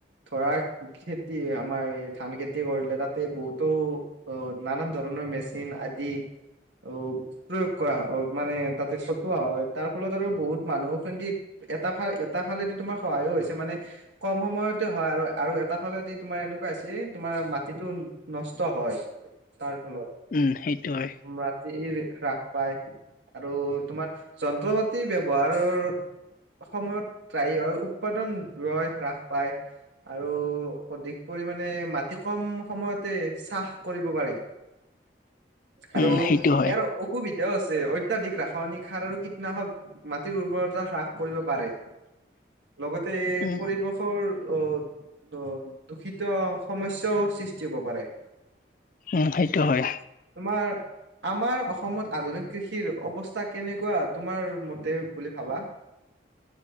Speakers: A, on the right (about 80°); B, on the left (about 45°).
A: ধৰা খেতি আমাৰ এই ধান খেতি কৰিলে তাতে বহুতো অহ নানান ধৰণৰ মেচিন আদি অহ প্ৰয়োগ কৰা হয় মানে তাতে চতুৱা হয় তাৰ ফলত আৰু বহুত মানুহ খেতিত এটা ফাল এটা ফালেদি তোমাৰ সহায়ো হৈছে মানে কম সময়তে হয় আৰু আৰু এটা ফালেদি তোমাৰ এনেকুৱা হৈছে তোমাৰ মাটিটো নষ্ট হয়। তাৰ ফলত
B: উম সেইটো‌‌ হয়
A: মাটিৰ হ্ৰাস পাই আৰু তোমাৰ যন্ত্ৰ পাতি ব্যৱহাৰৰ সময়ত ত্ৰায় হয় উৎপাদন ৰয় হ্ৰাস পায় আৰু অধিক পৰিমানে মাটি কম সময়তে চাহ কৰিব পাৰি। আৰু
B: উম সেইটো হয়
A: ইয়াৰ অসুবিধাও আছে অত্যাধিক ৰাসয়নিক সাৰৰ কীটনাশক মাটিৰ উৰ্বৰতা হ্ৰাস কৰিব পাৰে লগতে এই
B: উম
A: পৰিৱশ শৰ অ ৰ দূষিত সমস্যাও সৃষ্টি হ'ব পাৰে
B: হম সেইটো হয়
A: তোমাৰ আমাৰ অসমত আধুনিক কৃষিৰ অৱস্থা কেনেকুৱা। তোমাৰ মতে বুলি ভাবা।